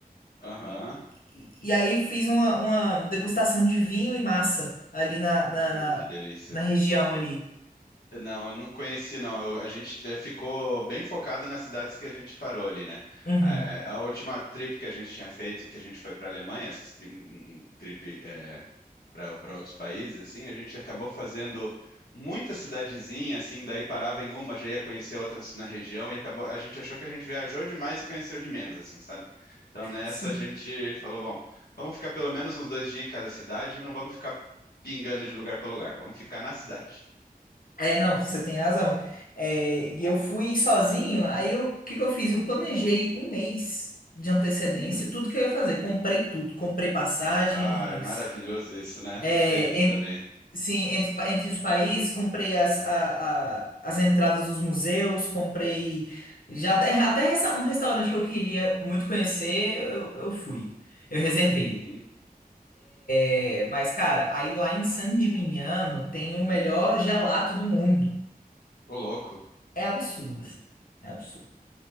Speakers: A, on the left; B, on the left.
A: aham.
B: e, e e aí fiz uma, uma degustação de vinho e massa ali na, na,
A: Uh,
B: na,
A: que delícia.
B: na região ali.
A: Não, eu não conheci, não. Eu- a gente te- ficou bem focado nas cidades que a gente parou ali, né?
B: Uhum.
A: É, a última trip que a gente tinha feito, que a gente foi para a Alemanha, essas tri- um, um, um trip, é, para para outros países, assim, a gente acabou fazendo muita cidadezinha, assim, daí parava em uma, já ia conhecer outras na região e acabou, a gente achou que a gente viajou demais e conheceu de menos, assim, sabe? Então nessa
B: Sim.
A: a gente falou, bom, vamos ficar pelo menos uns dois dias em cada cidade e não vamos ficar pingando de lugar para lugar, vamos ficar na cidade.
B: É, não, você tem razão. É, e eu fui sozinho, aí eu, o que que eu fiz? Eu planejei um mês de antecedência,
A: Uhum.
B: tudo que eu ia fazer. Comprei tudo, comprei passagens,
A: Ai, maravilhoso isso, né? A
B: É,
A: gente fez isso
B: en-
A: também.
B: sim, entre, pa- entre os países, comprei as, a- a- as entradas dos museus, comprei já até, até resta- um restaurante que eu queria muito conhecer, eu, eu fui. Eu reservei.
A: Uhum.
B: É, mas, cara, aí lá em San Dimignano tem o melhor gelato do mundo.
A: Ô, louco.
B: É absurdo, assim. É absurdo.